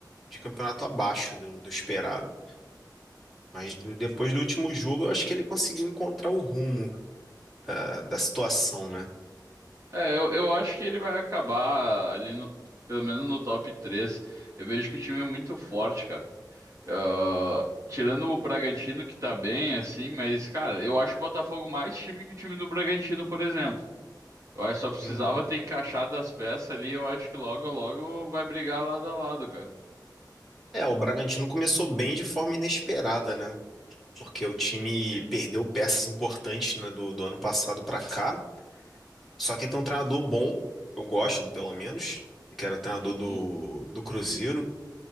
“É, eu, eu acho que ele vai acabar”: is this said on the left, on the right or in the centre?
Right